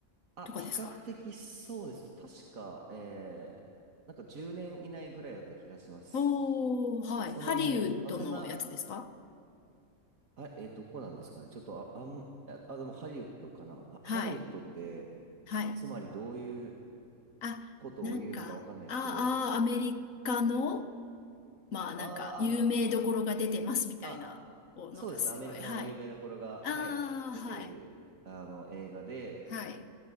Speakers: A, on the right; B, on the left.
A: あ、
B: とかですか
A: 比較的そうです。確か、えー、なんか10年以内ぐらいだった気がします。
B: おー、はい。
A: その辺、
B: ハリウッドのやつですか
A: まあそんな、あ、えどこなんですかね。ちょっと、あ、あん、あ、あでもハリウッドかな。あ、
B: はい。
A: ハリウッドって、
B: はい。
A: つ、つまりどういう
B: あ、
A: ことを言うのかわかんないですけど、
B: なんか、ああ、アメリカの、まあなんか、
A: あ
B: 有名どころが出てますみたいな、
A: ーあ、あ、
B: お、なんかすごい。
A: そうですね。アメリカの有名どころが、
B: はい。ああ、
A: はい、出てる、
B: はい。
A: あの、映画で、
B: はい。